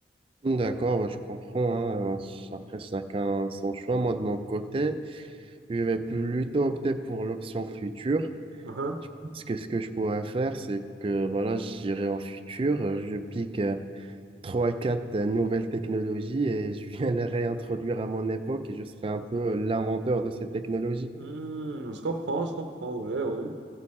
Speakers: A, on the right; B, on the right.
A: D'accord, ouais, je comprends. hein. Euh, Après, chacun son choix. Moi, de mon côté, je vais plutôt opter pour l'option future.
B: Uhum.
A: Parce que ce que je pourrais faire, c'est que voilà, j'irai en futur, euh, je pique euh, trois, quatre euh, nouvelles technologies et je <laughs> viens les réintroduire à mon époque et je serai un peu l'inventeur de ces technologies.
B: Hmm, je comprends, je comprends, ouais, ouais.